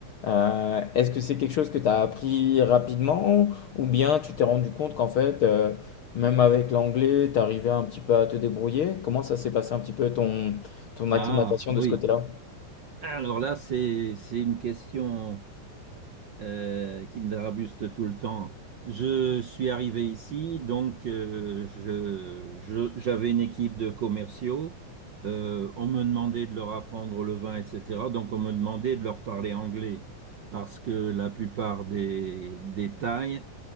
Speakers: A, on the left; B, on the right.
A: Euh, est-ce que c'est quelque chose que tu as appris rapidement ou bien tu t'es rendu compte qu'en fait, euh, même avec l'anglais, tu arrivais un petit peu à te débrouiller? Comment ça s'est passé un petit peu ton, ton
B: Ah
A: acclimatation de
B: oui.
A: ce côté-là?
B: Alors là, c'est, c'est une question euh, qui me dérabuste tout le temps. Je suis arrivé ici, donc euh, je, je- j'avais une équipe de commerciaux. Euh, on me demandait de leur apprendre le vin, etc. Donc on me demandait de leur parler anglais parce que la plupart des, des Thaïs